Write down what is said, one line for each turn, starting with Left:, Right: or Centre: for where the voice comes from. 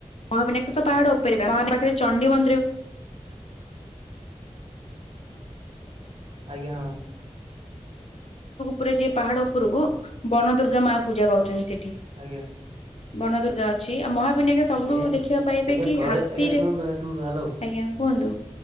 Left: <unintelligible> <inaudible> ମାନେ ମହାବିନାକ୍ ଓପୁରୁକୁ
Right: ଆଜ୍ଞା ହଁ
Left: ପୁରା ଯିଏ, ପାହାଡ଼ ଉପୁରୁକୁ ବଣ ଦୁର୍ଗା ମା ପୂଜା ପାଉଚନ୍ତି ସେଠି।
Right: ଆଜ୍ଞା।
Left: ବନ ଦୁର୍ଗା ଅଛି। ଆଉ ମହାବିନା ସବୁଠୁ
Right: ଆଜ୍ଞା
Left: ଦେଖିବା--ପାଇବେ
Right: ଆଜ୍ଞା
Left: କି,
Right: ଥରେ
Left: ହାତୀରେ
Right: ଆଜ୍ଞା ଶୁଣନ୍ତୁ
Left: ଆଜ୍ଞା
Right: ଶୁଣନ୍ତୁ ହ୍ୟାଲୋ
Left: କୁହନ୍ତୁ।